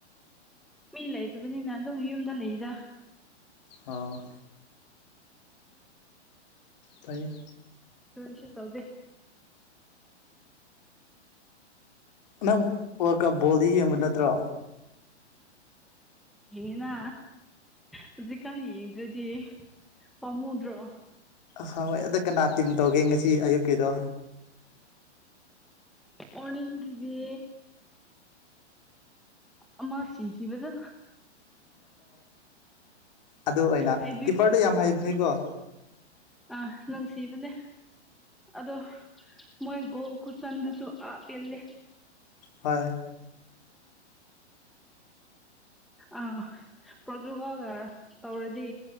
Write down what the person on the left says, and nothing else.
ꯑꯣ ꯇꯥꯏ
ꯅꯪ ꯋꯥꯜ ꯀꯞ ꯕꯣꯜꯗꯤ ꯌꯦꯡꯕ ꯅꯠꯇ꯭ꯔꯣ
ꯑꯍ ꯍꯣꯏ ꯑꯗ ꯀꯅꯥ ꯇꯤꯝ ꯇꯧꯒꯦ ꯉꯁꯤ ꯑꯌꯨꯛꯀꯤꯗꯣ
ꯑꯗꯨ ꯑꯣꯏꯅ
ꯀꯤꯄ꯭ꯔꯗꯣ ꯌꯥꯝ ꯍꯩꯕꯅꯤꯀꯣ
ꯍꯣꯏ